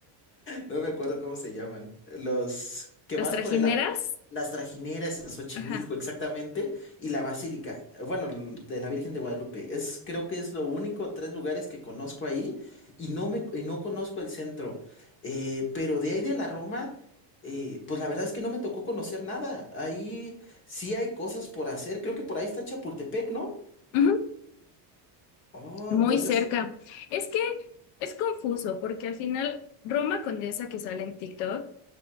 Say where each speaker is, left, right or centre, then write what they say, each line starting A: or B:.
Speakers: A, on the left (about 25°); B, on the left (about 80°).
A: no me acuerdo cómo se llaman. Los que
B: las
A: vas
B: trajineras.
A: por el... a- Las trajineras en Xochimilco,
B: Ajá.
A: exactamente. Y la basílica, eh, bueno, l- de la Virgen de Guadalupe. Es, creo que es lo único, tres lugares que conozco ahí. Y no me, y no conozco el centro. Eh, pero de ahí de la Roma, eh, pues la verdad es que no me tocó conocer nada. Ahí sí hay cosas por hacer. Creo que por ahí está Chapultepec, ¿no?
B: Ujú.
A: Oh,
B: Muy
A: entonces...
B: cerca. Es que es confuso porque al final Roma Condesa que sale en TikTok